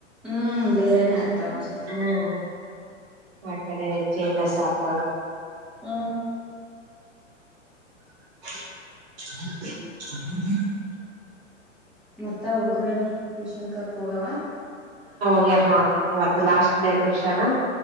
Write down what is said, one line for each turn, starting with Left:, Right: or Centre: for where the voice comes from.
Centre: ಹ್ಮ್ ಬೇರೆೇನೆೇ ಆಗ್ತಾವ ಅನ್ಸುತ್ತೆ....
Right: ಹ್ಮ್ ಆ ಕಡೆ ಚೇಂಜಸ್ ಆಗ್ತಾವ್
Centre: ಹ್ಮ
Right: <unintelligible>
Centre: ಮತ್ತ ಹುಡ್ಗರು ಏನ್ ಟ್ಯೂಷನ್ ಕಲಿಯಾಕ್ ಹೋಗವು
Right: ಹೂ ನೋಡು ಇವತ್ತು ಲಾಸ್ಟ್ ಡೇ ಟ್ಯೂಷನ್